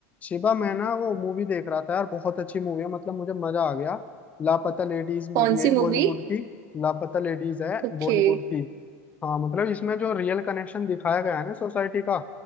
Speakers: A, on the left; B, on the right.
A: शिवा मैं ना वो मूवी देख रहा था यार बहुत अच्छी मूवी है मतलब मुझे मजा आ गया लापता लेडीज मूवी
B: कौन
A: है
B: सी
A: बॉलीवुड
B: movie
A: की लापता लेडीज है
B: Okay
A: बॉलीवुड की हाँ मतलब इसमें जो रियल कनेक्शन दिखाया गया है ना सोसाइटी का